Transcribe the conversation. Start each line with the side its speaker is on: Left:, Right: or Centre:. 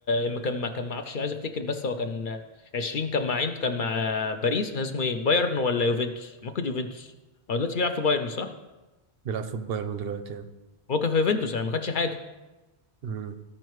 Left: ما كان ما كان ما اعرفش عايز افتكر بس هو كان 20 كان مع عين كان مع باريس كان اسمه ايه بايرن ولا يوفنتوس؟ ما كان يوفنتوس هو دلوقتي بيلعب في بايرن صح؟
Right: بيلعب في بايرن دلوقتي يعني
Left: هو كان في يوفنتوس يعني ما خدش حاجه
Right: مم.